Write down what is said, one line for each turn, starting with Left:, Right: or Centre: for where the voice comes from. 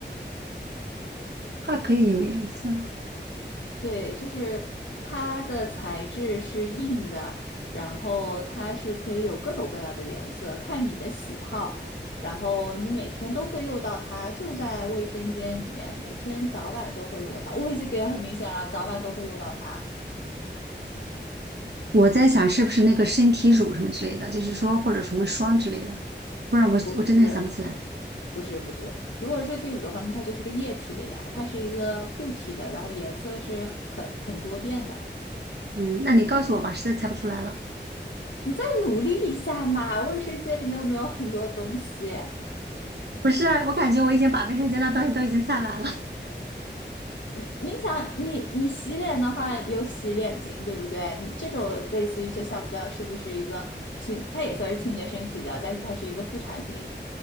Right: 它可以有颜色。
Left: 对，就是它的材质是硬的，然后它是可以有各种各样的颜色，看你的喜好。然后你每天都会用到它，就在卫生间里面，每天早晚都会用到它。我已经给的很明显了，早晚都会用到它。
Right: 我在想是不是那个身体乳什么之类的，就是说或者什么霜之类的，不然我我真的想不起来。
Left: 不是，不是，不是。如果是身体乳的话，那它就是个液体的呀，它是一个固体的，然后颜色是很很多变的。
Right: 嗯，那你告诉我吧，实在猜不出来了。
Left: 你再努力一下嘛，卫生间里面有没有很多东西？
Right: 不是啊，我感觉我已经把卫生间的东西都已经猜完了。
Left: 嗯，你想，你你洗脸的话有洗脸巾，对不对？你这种类似于就想不到是不是一个清，它也算是清洁身体的，但是它是一个副产品，